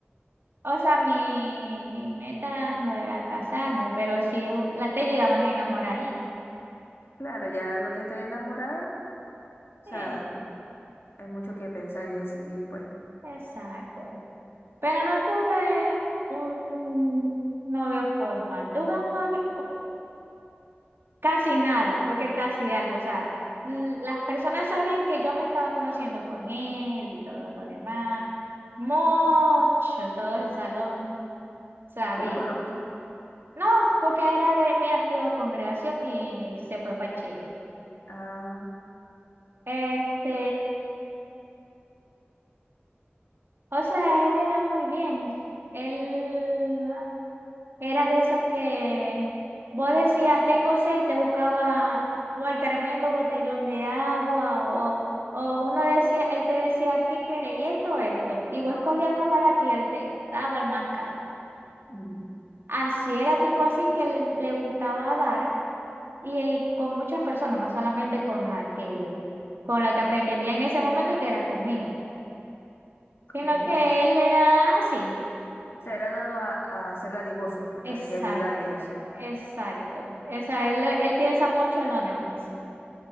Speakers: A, on the right; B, on the left.
A: o sea, mi, mi meta no era casarme, pero sí la, te llegaban enamoraditas.
B: claro, ya lo que estoy enamorada, o
A: Sí,
B: sea, hay mucho que pensar y decidir, pues.
A: exacto. Pero no tuve un novio formal, tuve un novio, Casi nada, porque casi algo. O sea, l- las personas sabían que yo me estaba conociendo con él y todo lo demás. Mucho, todo el salón sabía.
B: Yo lo conozco.
A: No, porque era de mi antigua congregación y se fue para Chile.
B: Ah,
A: Este, o sea, él era muy bien. Él Era de esos que vos decías, tengo sed y te buscaba o el tremendo botellón de agua o, o uno decía, él te decía, ¿qué querés? Y esto, esto. Y vos escogías el más barato y él te daba el más caro.
B: ujú,
A: Así era tipo así que le, le gustaba dar y, y con muchas personas, no solamente con la que, con la que pretendía en ese momento que era conmigo,
B: ok.
A: sino que él era así.
B: Se ha dado a, a ser dadivoso, pues,
A: Exacto,
B: así ayudar y eso.
A: exacto. O sea, él, él piensa mucho en los demás.